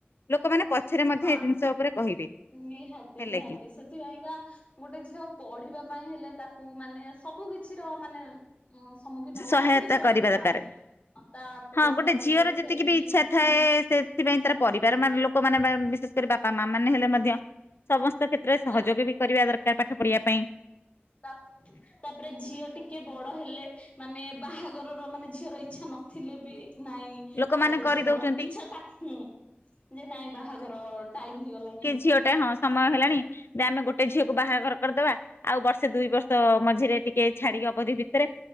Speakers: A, on the left; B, on the left.
A: ଲୋକମାନେ ପଛରେ ମଧ୍ୟ
B: ହଁ
A: ଏ ଜିନିଷ ଉପରେ କହିବେ
B: ନିହାତି
A: ହେଲା
B: ନିହାତି
A: କି?
B: ସେଥିପାଇଁକା ଗୋଟେ ଝିଅ ପଢିବା ପାଇଁ ହେଲେ ତାକୁ ମାନେ ସବୁ କିଛିର ମାନେ ଉ ସମ୍ମୁଖୀନ ହବ
A: ସହାୟତା
B: ସବୁ କିଛି ଅସୁବିଧା
A: କରିବା ଦରକାର।
B: ତା ପଇସା
A: ହଁ ଗୋଟେ
B: ପତ୍ରଠୁ
A: ଝିଅର ଯେତିକି
B: ଧରିକି
A: ବି ଇଚ୍ଛା ଥାଏ ସେଥିପାଇଁ ତାର ପରିବାର ମାନ ଲୋକମାନେ ବିଶେଷ କରି ବାପା ମା ମାନେ ହେଲେ ମଧ୍ୟ ସମସ୍ତ କ୍ଷେତ୍ରରେ ସହଯୋଗ
B: ତା
A: ବି କରିବା ଦରକାର ପାଠ ପଢ଼ିବା ପାଇଁ।
B: ତା <unintelligible> ତାପରେ ଝିଅ ଟିକେ ବଡ଼ ହେଲେ ମାନେ ବାହାଘରର ମାନେ ଝିଅର ଇଚ୍ଛା ନଥିଲେ ବି ନାଇଁ
A: ଲୋକମାନେ
B: ଆଉ
A: କରିଦଉଛନ୍ତି।
B: ଝିଅ ବଡ ଇଛା ତାଁ ଯେ ନାଇଁ ବାହାଘର ଟାଇମ ହେଇଗଲାଣି
A: ଝିଅ ଟେ ହଁ ସମୟ ହେଲାଣି ଯେ ଆମେ ଗୋଟେ ଝିଅକୁ ବାହାଘର କରିଦବା ଆଉ ବର୍ଷ ସେ ଦୁଇ ବର୍ଷ ମଝିରେ ଟିକେ ଛାଡିକି ଅବଧି ଭିତରେ